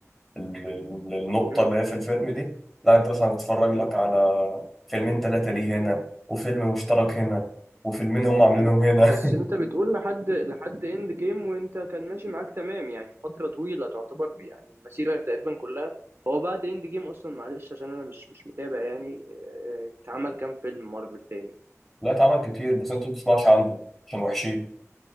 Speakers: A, in the centre; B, on the right (about 50°).
A: ال- ال- النقطة
B: مم.
A: اللي هي في الفيلم دي لا أنت مثلا تتفرج لك
B: مم.
A: على فيلمين تلاتة ليه هنا وفيلم مشترك هنا وفيلمين هم عاملينهم
B: مم.
A: هنا
B: بس انت بتقول لحد لحد اند جيم وانت كان ماشي معاك تمام يعني فترة طويلة تعتبر يعني المسيرة تقريبا كلها هو بعد اند جيم اصلا معلش عشان انا مش مش متابع يعني آه، اتعمل كام فيلم مارفل تاني
A: <laughs> لا اتعمل كتير بس أنت ما بتسمعش عنهم عشان وحشين